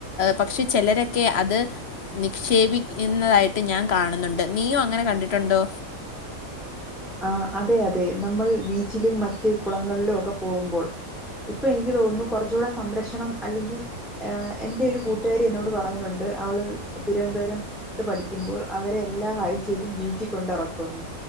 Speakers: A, on the left; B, in the centre.
A: പക്ഷെ ചിലരൊക്കെ അത് നിക്ഷേപിക്കുന്നതായിട്ട് ഞാൻ കാണുന്നുണ്ട് നീയും അങ്ങനെ കണ്ടിട്ടുണ്ടോ
B: ആഹ് അതെ അതെ നമ്മൾ ബീച്ചിലും മറ്റ് കുളങ്ങളിലും ഒക്കെ പോകുമ്പോൾ ഇപ്പൊ എനിക്ക് തോന്നുന്നു കുറച്ചുകൂടെ സംരക്ഷണം അല്ലെങ്കിൽ എൻ്റെ ഒരു കൂ ട്ടുകാരി എന്നോട് പറഞ്ഞിട്ടുണ്ട് അവള് തിരുവനന്തപുരത്ത് പഠിക്കുമ്പോൾ അവരെ എല്ലാ ആഴ്ച ബീച്ചി കൊണ്ടെറക്കുമെന്ന്